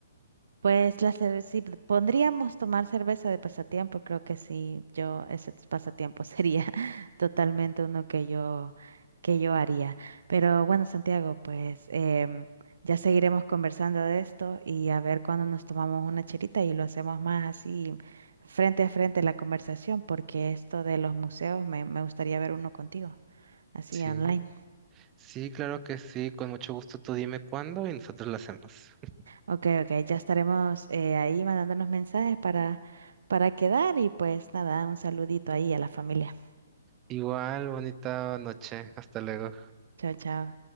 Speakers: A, on the right; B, on the right.
A: Pues la cer- si pondríamos tomar cerveza de pasatiempo, creo que sí, yo ese t- pasatiempo sería <laughs> totalmente uno que yo que yo haría. Pero bueno, Santiago, pues em, ya seguiremos conversando de esto y a ver cuándo nos tomamos una chelita y lo hacemos más así frente a frente la conversación, porque esto de los museos me, me gustaría ver uno contigo, así
B: Sí,
A: online.
B: sí, claro que sí, con mucho gusto. Tú dime cuándo y nosotros lo hacemos. <laughs>
A: Ok, ok, ya estaremos eh, ahí mandándonos mensajes para, para quedar y pues nada, un saludito ahí a la familia.
B: Igual, bonita noche. Hasta luego.
A: Chao, chao.